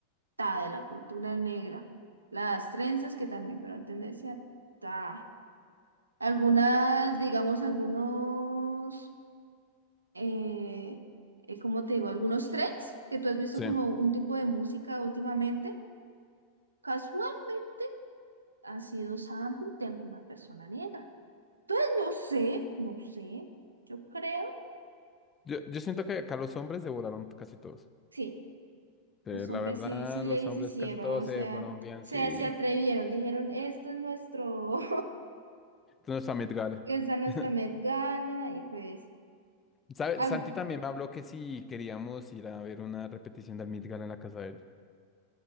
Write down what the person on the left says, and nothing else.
Sí.
Yo, yo siento que acá los hombres devoraron casi todos.
Sí,
la
verdad,
los
hombres casi todos
se fueron bien,
sí.
Entonces, a Met
Gala.
<laughs>
¿Sabes?
Santi también me habló que si queríamos ir a ver una repetición del Met Gala en la casa de él.